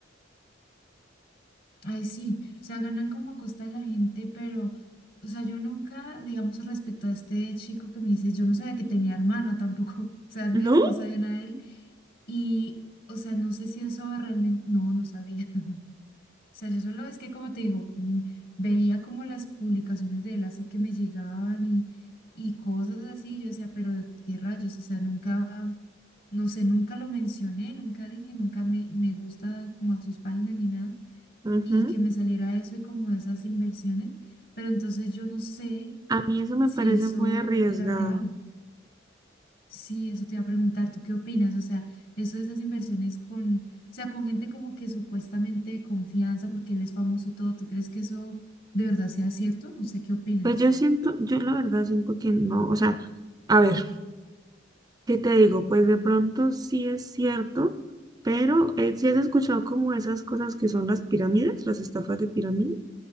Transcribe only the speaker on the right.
¿No?
Ujú.
A mí eso me
parece
muy arriesgado.
Pues yo siento, yo la verdad siento que no, o sea, a ver, ¿qué te digo? Pues de pronto sí es cierto, pero eh, si ¿sí has escuchado como esas cosas que son las pirámides, las estafas de pirámide,